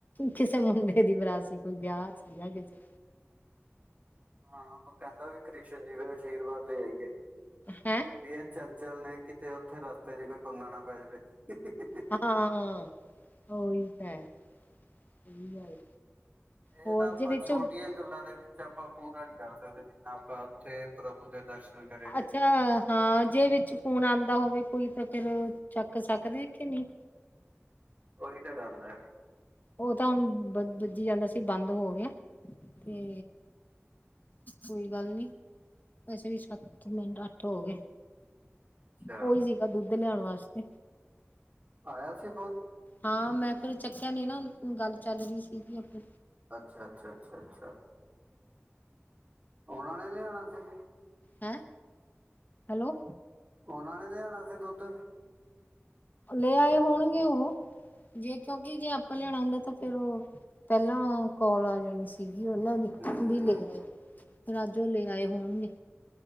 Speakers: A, on the left (about 40°); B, on the right (about 30°).
A: ਕਿਸੇ ਮੁੰਡੇ ਦੀ ਬਰਾਤ ਸੀ ਕੋਈ ਵੇਆ ਸੀਗਾ ਕਿਸੇ
B: ਹਾਂ ਓ ਕੈੰਦਾ ਵੀ ਕ੍ਰਿਸ਼ ਜੀ ਦਾ ਅਸ਼ੀਰਵਾਦ ਲੇ ਆਈਏ।
A: ਹੈਂ
B: ਵੀ ਏ ਚੰਚਲ ਨੇ ਕਿਤੇ ਓਥੇ ਰਸਤੇ ਦੀ ਕੋਈ ਪੰਗਾ ਨਾ ਪੈ ਜਵੇ। <unintelligible>
A: ਆ, ਹਾਂ ਓਹੀ ਹੈ, ਕੀ ਗੱਲ
B: ਏ
A: ਹੋਰ
B: ਤਾਂ ਅਪਾਂ
A: ਜੇ ਵਿੱਚ
B: ਛੋਟੀਆ ਗੱਲਾ ਦੇ ਵਿੱਚ ਚ ਅਪਾ ਪੂਰਾ ਨੀ ਕੱਰ ਸਕਦੇ, ਜਿਨਾ ਅਪਾ ਓਥੇ ਪ੍ਰਭੂ ਦੇ ਦਰਸ਼ਨ ਕਰੇ ਨੇ
A: ਅੱਛਾ। ਹਾਂ ਜੇ ਵਿੱਚ ਫੋਨ ਆਉਂਦਾ ਹੋਵੇ ਕੋਈ ਤਾਂ ਫੇਰ, ਚੱਕ ਸਕਦੇ ਕੇ ਨਹੀਂ।
B: ਉਹੀ ਤਾਂ ਗੱਲ ਹੈ।
A: ਉਹ ਤਾਂ ਹੁਣ ਬ ਵੱਜੀ ਜਾਂਦਾ ਸੀ ਬੰਦ ਹੋ ਗਿਆ, ਤੇ ਕੋਈ ਗੱਲ ਨੀ। ਅਸੇ ਵੀ ਸੱਤ ਮਿੰਟ ਅੱਠ ਹੋ ਗਏ।
B: ਅੱਛਾ
A: ਉਹੀ ਸੀਗਾ ਦੁੱਧ ਲਿਆਉਣ ਵਾਸਤੇ।
B: ਆਇਆ ਸੀ ਫੋਨ।
A: ਹਾਂ ਮੈਂ ਫੇਰ ਚੱਕਿਆ ਨੀ ਨਾ ਗੱਲ ਚਾਲ ਰਹੀ ਸੀਗੀ ਆਪੇ
B: ਅੱਛਾ-ਅੱਛਾ, ਅੱਛਾ-ਅੱਛਾ। ਉਹਨਾਂ ਨੇ ਲਿਆਉਣਾ ਸੀ?
A: ਹੈਂ, ਹੈਲੋ।
B: ਉਹਨਾਂ ਨੇ ਲਿਆਣਾ ਸੀ ਦੁੱਧ?
A: ਲੈ ਆਏ ਹੋਣਗੇ ਉਹ, ਜੇ ਕਿਉਂਕਿ ਜੇ ਆਪਾ ਲਿਆਣਾ ਆਉਂਦਾ ਤਾਂ ਫੇਰ ਉਹ, ਪਹਿਲਾਂ ਕੋਲ ਆ ਜਾਣੀ ਸੀਗੀ ਉਹਨਾਂ ਦੀ,
B: ਹੂੰ
A: ਵੀ ਲੈ ਆਏ ਫੇਰ ਅੱਜ ਉਹ ਲੈ ਆਏ ਹੋਣਗੇ।